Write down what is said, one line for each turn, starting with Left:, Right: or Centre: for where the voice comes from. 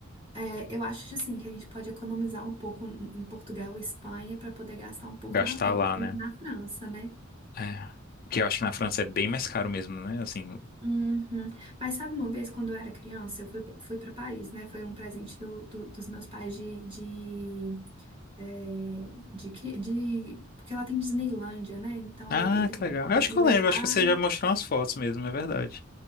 Right: é, eu acho, assim, que a gente pode economizar um pouco em Portugal e Espanha para poder gastar um pouco
Left: gastar
Right: na, em-
Left: lá, né?
Right: na França, né?
Left: É. Porque eu acho que na França é bem mais caro mesmo, né? Assim.
Right: Uhum. Mas sabe uma vez, quando eu era criança, eu fui, fui para Paris, né? Foi um presente do, do- dos meus pais de, é, de, cri- de, porque ela tem Disneylândia, né? Então
Left: Ah,
Right: e- eles
Left: que
Right: me
Left: legal. Eu
Right: me
Left: acho que
Right: levaram.
Left: eu lembro, eu acho que você já mostrou umas fotos mesmo, é verdade.